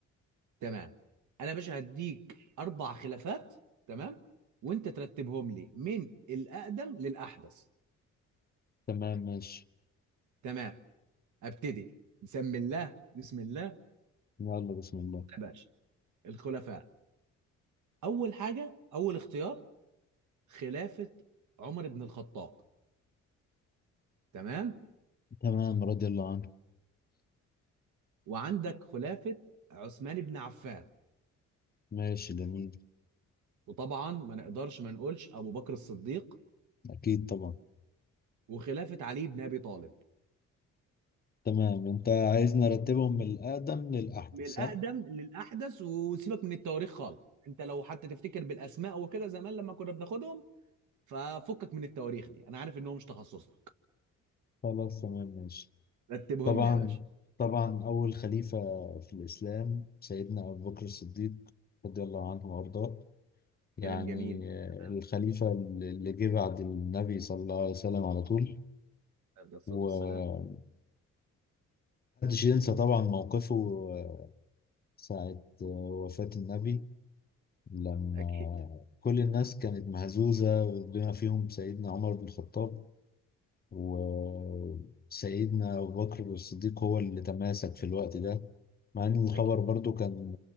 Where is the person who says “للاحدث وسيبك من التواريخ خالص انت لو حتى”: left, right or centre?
Right